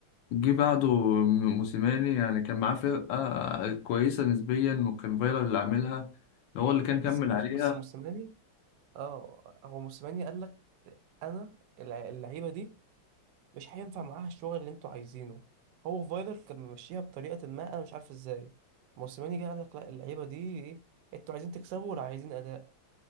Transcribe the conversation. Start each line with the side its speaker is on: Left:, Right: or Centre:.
Left: جه بعده م- موسيماني يعني كان معاه فرقة كويسة نسبيا وكان فايلر اللي عاملها هو اللي كان كمل
Right: بس موس-
Left: عليها
Right: بس موسيماني اه هو موسيماني قال لك أنا الع- اللعيبة دي مش هينفع معاها الشغل اللي أنتوا عايزينه هو فايلر كان ممشيها بطريقة ما أنا مش عارف إزاي موسيماني جه قال لك لا اللعيبة دي إيه أنتوا عايزين تكسبوا ولا عايزين أداء